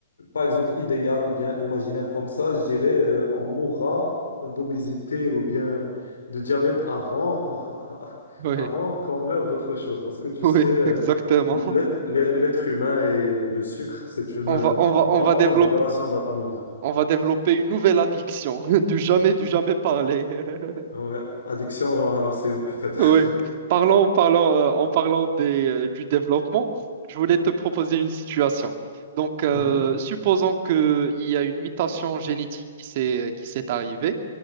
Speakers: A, on the left; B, on the right.
A: par exemple, idéal ou bien imaginaire comme ça, je dirais, euh, on mourra d'obésité ou bien de diabète avant, <laughs>
B: Oui,
A: avant
B: <laughs>
A: qu'on meure d'autre chose. Parce que tu
B: oui,
A: sais, euh,
B: exactement.
A: l'être l'être- l'être humain et le sucre, c'est une
B: On
A: euh,
B: va, on va, on
A: longue
B: va développer,
A: relation d'amour.
B: on va développer une nouvelle addiction, <laughs> du jamais, du jamais parler. <laughs>
A: Ouais, Addiction à l'océan, peut-être.
B: Oui.
A: <laughs>
B: Parlons, parlons, euh, en parlant des, euh, du développement, je voulais te proposer une situation. Donc, euh,
A: Mhm,
B: supposons qu'il y a une mutation génétique qui s'est, qui s'est arrivée.